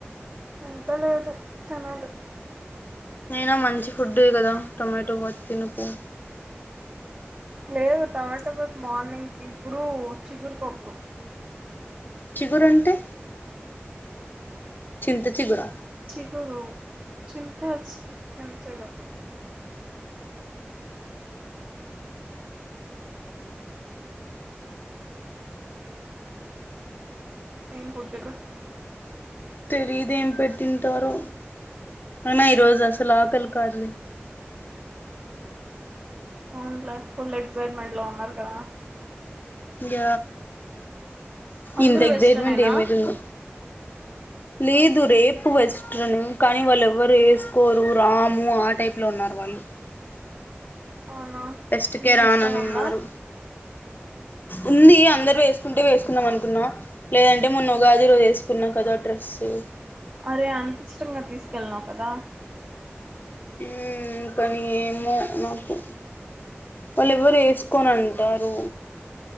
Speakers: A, on the right; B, on the left.
A: ఇంకా లేదు తినాలి
B: అయినా మంచి ఫుడే కదా టొమాటో బాత్ తినపో
A: లేదు టమాటా బాత్ మార్నింగ్ కి ఇప్పుడు చిగురుపప్పు
B: చిగురు అంటే చింత చిగుర
A: చిగురు చింత చింత చిగురు ఏం ఫుడ్ గో
B: తెలిదు ఏం పెట్టింటారో అయినా ఈరోజు అసలు ఆకలి కాదులే
A: అవున్లే ఫుల్ ఎక్సైట్మెంట్ లో ఉన్నారు కదా
B: య
A: అందరూ
B: ఇంత ఎగ్
A: వెస్ట్రనేనా
B: జైట్మెంట్ ఏమైతుందో లేదు రేపు వెస్ట్రను కానీ వాళ్ళు ఎవరు వేసుకోరు రాము ఆ టైప్ లో ఉన్నారు వాళ్ళు
A: అవునా
B: టెస్ట్కే
A: నీకు
B: రానని
A: ఇష్టం
B: ఉన్నారు
A: ఉందా
B: ఉంది అందరు ఏసుకుంటే వేసుకుందాం అనుకున్నా లేదంటే మొన్న ఉగాది రోజు వేసుకున్నా కదా డ్రెసు
A: అరే అంతీష్టంగా తీసుకెళ్ళినావు కదా
B: ఉ కానీ ఏమో నాకు వాళ్ళు ఎవరు ఏసుకోను అంటారు